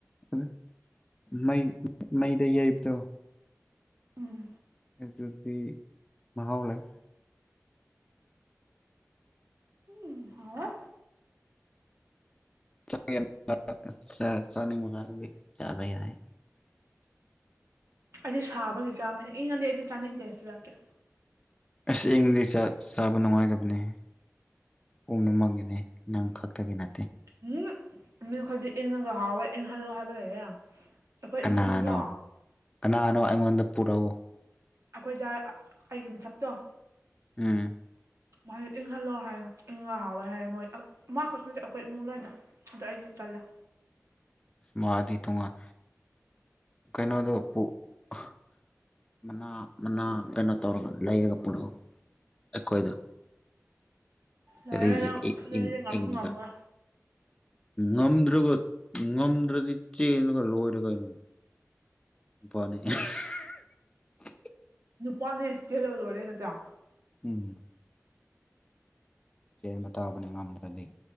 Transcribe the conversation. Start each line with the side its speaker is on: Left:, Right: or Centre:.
Left: ꯉ ꯃꯩ ꯃꯩꯗ ꯌꯩꯕꯗꯣ
Right: ꯎꯝ
Left: ꯑꯗꯨꯗꯤ ꯃꯍꯥꯎ ꯂꯩ
Right: ꯎꯝ ꯍꯥꯎꯋꯦ
Left: ꯆꯥꯛ ꯌꯥꯝ ꯆꯥ ꯆꯥꯅꯤꯡꯕ ꯀꯥꯟꯗꯗꯤ ꯆꯥꯕ ꯌꯥꯏ
Right: ꯑꯩꯗꯤ ꯁꯥꯕꯒꯤ ꯆꯥꯝꯅꯦ ꯏꯪꯉꯗꯤ ꯑꯩꯗꯤ ꯆꯥꯅꯤꯡꯗꯦ ꯆꯨꯖꯥꯛꯇꯤ
Left: ꯑꯁ ꯏꯪꯉꯗꯤ ꯆꯥ ꯆꯥꯕ ꯅꯨꯡꯉꯥꯏꯗꯕꯅꯦ ꯄꯨꯝꯅꯃꯛꯒꯤꯅꯤ ꯅꯪ ꯈꯛꯇꯒꯤ ꯅꯠꯇꯦ
Right: ꯎꯝ ꯃꯤꯈꯣꯏꯗꯤ ꯏꯪꯉꯒ ꯍꯥꯎꯋꯦ ꯏꯪꯍꯜꯂꯣ ꯍꯥꯏꯕ ꯂꯩꯌꯦ ꯑꯩꯈꯣꯏ
Left: ꯀꯅꯥꯅꯣ
Right: ꯏꯃꯨꯡꯁꯨꯀꯣ
Left: ꯀꯅꯥꯅꯣ ꯑꯩꯉꯣꯟꯗ ꯄꯨꯔꯛꯎ
Right: ꯑꯩꯈꯣꯏꯗꯥ ꯑꯩꯒꯤ ꯃꯊꯛꯇꯣ
Left: ꯎꯝ
Right: ꯃꯥꯗꯤ ꯏꯪꯍꯜꯂꯣ ꯍꯥꯏꯌꯦ ꯏꯪꯉꯒ ꯍꯥꯎꯋꯦ ꯍꯥꯏꯌꯦ ꯃꯣꯏ ꯑ ꯃꯥꯈꯛꯇ ꯅꯠꯇꯦ ꯑꯩꯈꯣꯏ ꯏꯃꯨꯡ ꯂꯣꯏꯅ ꯑꯗꯨ ꯑꯩꯗꯤ ꯇꯜꯂꯦ
Left: ꯃꯥꯗꯤ ꯇꯣꯉꯥꯟ ꯀꯩꯅꯣꯗꯣ ꯄꯨ ꯑꯍ ꯃꯅꯥ ꯃꯅꯥ ꯀꯩꯅꯣ ꯇꯧꯔꯒ ꯂꯩꯔꯒ ꯄꯨꯔꯛꯎ ꯑꯩꯈꯣꯏꯗ
Right: ꯌꯥꯔꯦ
Left: ꯀꯔꯤꯒꯤ
Right: ꯅꯪ
Left: ꯏ
Right: ꯐꯨꯅꯔꯗꯤ
Left: ꯏꯪ
Right: ꯉꯝꯁꯨ
Left: ꯏꯪꯉꯒ
Right: ꯉꯝꯃꯣꯏ
Left: ꯉꯝꯗ꯭ꯔꯒ ꯉꯝꯗ꯭ꯔꯗꯤ ꯆꯦꯟꯂꯒ ꯂꯣꯏꯔꯦ ꯀꯩꯅꯣ ꯄꯅꯤ ꯑꯍꯦ ꯍꯦꯍꯍ
Right: ꯅꯨꯄꯥꯅꯦ ꯆꯦꯜꯂꯒ ꯂꯣꯏꯔꯦ ꯅꯆꯥꯌꯥ
Left: ꯎꯝ ꯆꯦꯟꯕ ꯇꯥꯕꯅꯦ ꯉꯝꯗ꯭ꯔꯗꯤ